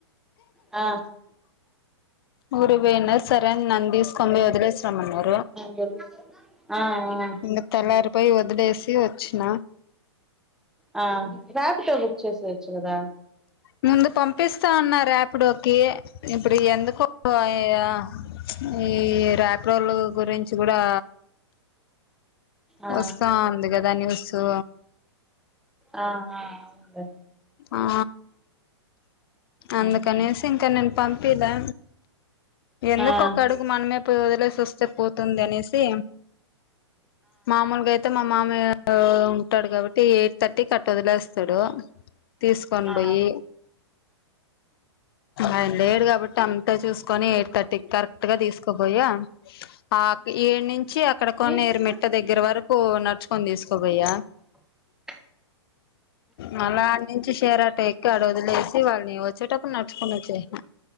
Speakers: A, in the centre; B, on the left.
A: ఆ
B: ఊరు పోయిన సరే అని నన్ను తీసుకొని పోయి వదిలేసరమన్నారు
A: ఆ వెళ్ళు అ ఆ
B: ఇంగా తేలారి పోయి వదిలేసి వచ్చిన
A: ఆ రాపిడొ బుక్ చేసేయచ్చు కదా
B: ముందు పంపిస్తా అన్నా రాపిడొ కి ఇప్పుడు ఎందుకో ఈ ఆ ఈ రాపి డోలో గురించి గుడా
A: ఆ
B: వస్తాంది కదా దా న్యూసు
A: ఆ ఆ అవును
B: ఆ
A: ఆ
B: అందుకనేసి ఇంకా నేను పంపిలా ఎందుకు
A: ఆ
B: ఒక అడుగు మనమే పోయి వదిలేసి వస్తే పోతుంది అనేసి మామూలుగా అయితే మా మామయ్య ఉంటాడు కాబట్టి ఎయిట్ థర్టీకి అట్లా వదిలేస్ స్థాడు తీసుకొని
A: ఆ ఆ
B: పోయి ఆయన లేడు కాబట్టి అంత చే చూసుకొని ఎయిట్ థర్టీ కరెక్ట్ గా తీసుకోపోయా ఆ ఏడు నుంచి అక్కడ కొన్నిరు
A: నేనే
B: మిట్ట దగ్గర వరకు నడుచుకొని తీసుకోపోయా
A: చు
B: మళ నుంచి షేర్ ఆటో ఎక్కి అడ వదిలేసి వాళ్లని వచ్చేటప్పుడు నడుచుకొని వచ్చేసిన